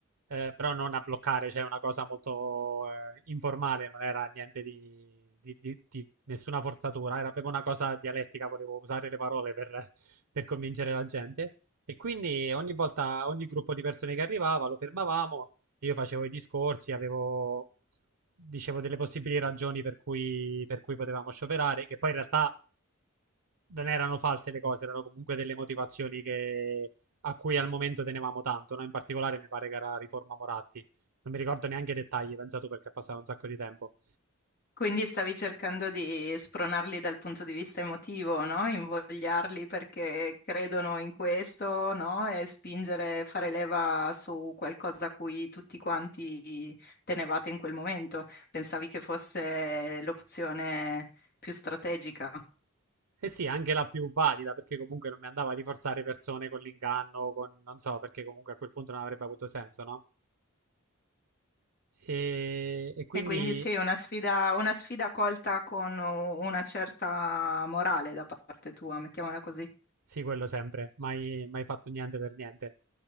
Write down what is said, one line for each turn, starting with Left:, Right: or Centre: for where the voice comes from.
Right: eh, però non a bloccare, cioè una cosa molto eh, informale, non era niente di, di- di- di nessuna forzatura, era proprio una cosa dialettica, volevo usare le parole per, per convincere la gente. E quindi ogni volta, ogni gruppo di persone che arrivava lo fermavamo io facevo i discorsi, avevo, dicevo delle possibili ragioni per cui, per cui potevamo scioperare, che poi in realtà non erano false le cose, erano comunque delle motivazioni che, a cui al momento tenevamo tanto, no? In particolare mi pare che era riforma Moratti. Non mi ricordo neanche i dettagli, pensato perché è passato un sacco di tempo.
Left: Quindi stavi cercando di spronarli dal punto di vista emotivo, no? Invogliarli perché credono in questo, no? E spingere, fare leva su qualcosa a cui tutti quanti tenevate in quel momento. Pensavi che fosse l'opzione più strategica.
Right: E sì, anche la più valida, perché comunque non mi andava di forzare persone con l'inganno, con non so, perché comunque a quel punto non avrebbe avuto senso, no? E, e quindi
Left: E quindi sì, una sfida, una sfida colta con una certa morale da parte tua, mettiamola così.
Right: sì, quello sempre, mai, mai fatto niente per niente.